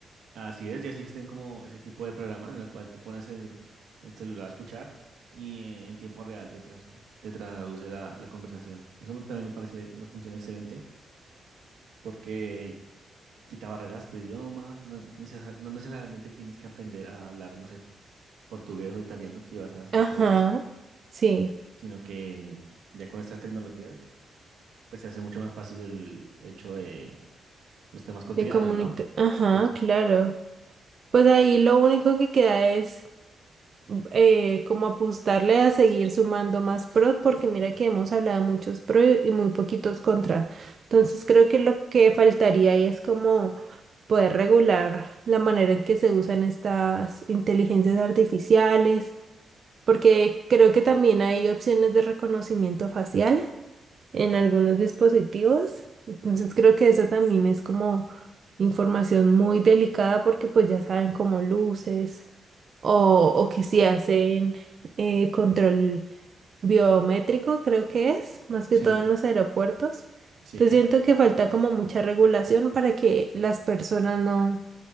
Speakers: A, on the right; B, on the right.
A: así es, ya existen como ese tipo de programas en el cual tú pones el, el celular a escuchar y eh, en tiempo real te, tras- te traduce la, la conversación. Eso me- también me parece una función excelente porque quita barreras de idioma, no, necesa- no necesariamente tienes que aprender a hablar, no sé, portugués o italiano si vas a estos
B: Ajá,
A: países,
B: sí,
A: sino que ya con estas tecnologías, pues se hace mucho más fácil el hecho de los temas cotidianos,
B: de comunicar.
A: ¿no?
B: Ajá,
A: Sí.
B: claro. Pues ahí lo único que queda es eh, como apostarle a seguir sumando más pro, porque mira que hemos hablado muchos pro y muy poquitos contra. Entonces creo que lo que faltaría ahí es como poder regular la manera en que se usan estas inteligencias artificiales, porque creo que también hay opciones de reconocimiento facial en algunos dispositivos. Entonces
A: Ujú.
B: creo que eso también es como información muy delicada porque pues ya saben como luces o, o que si hacen eh, control biométrico, creo que es, más
A: Sí,
B: que todo en los aeropuertos.
A: sí,
B: Entonces siento que falta como mucha regulación para que las personas no,